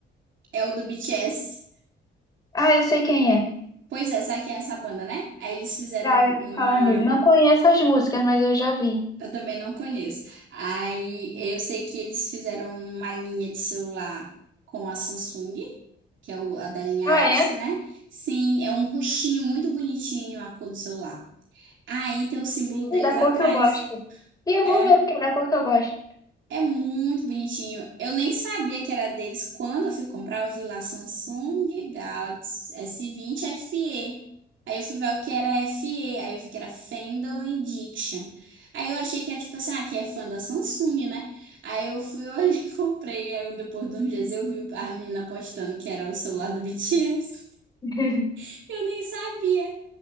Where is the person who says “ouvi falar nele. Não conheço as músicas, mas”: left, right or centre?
Left